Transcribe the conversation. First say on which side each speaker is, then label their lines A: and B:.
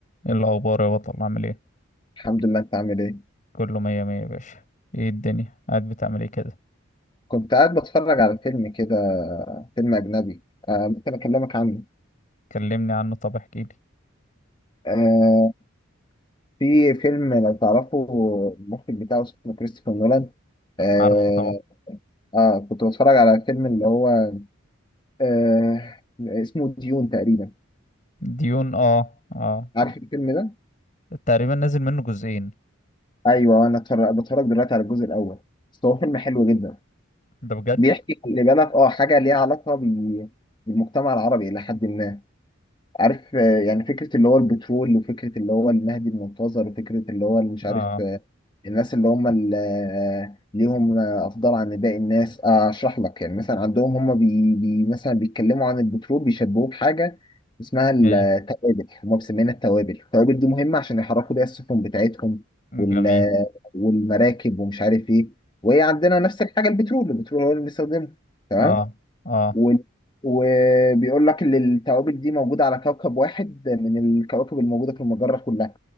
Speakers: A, on the left (about 35°); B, on the left (about 20°).
A: ايه الاخبار يا بطل عامل ايه
B: الحمد لله انت عامل ايه
A: كله مية مية يا باشا ايه الدنيا قاعد بتعمل ايه كده
B: كنت قاعد بتفرج على فيلم كده فيلم اجنبي آه ممكن اكلمك عنه
A: كلمني عنه طب احكي لي
B: آه في فيلم لو تعرفه المخرج بتاعه اسمه كريستوفر نولان آه,
A: عارفه طبعا
B: اه كنت بتفرج على فيلم اللي هو آه اسمه ديون تقريبا
A: ديون اه اه
B: عارف الفيلم ده
A: تقريبا نازل منه جزئين
B: ايوه انا اتفرج- بتفرج دلوقتي على الجزء الاول بس هو فيلم حلو جدا
A: ده بجد
B: بيحكي خلي بالك اه حاجه ليها علاقه بال- بالمجتمع العربي الى حد ما عارف آه، يعني فكرة اللي هو البترول وفكرة اللي هو المهدي المنتظر وفكرة اللي هو اللي مش عارف
A: اه
B: آه، الناس اللي هم اللي آه، ليهم آه، أفضل عن باقي الناس آه، أشرح لك يعني مثلا عندهم هم بي بي مثلا بيتكلموا عن البترول بيشبهوه بحاجة اسمها
A: حلو
B: التوابل هم مسمينها التوابل التوابل دي مهمة عشان يحركوا بيها السفن بتاعتهم وال
A: جميل
B: آه، والمراكب ومش عارف إيه وهي عندنا نفس الحاجة البترول البترول هو اللي بنستخدمه تمام
A: اه اه
B: و... وبيقول لك ان الكواكب دي موجوده على كوكب واحد من الكواكب الموجوده في المجره كلها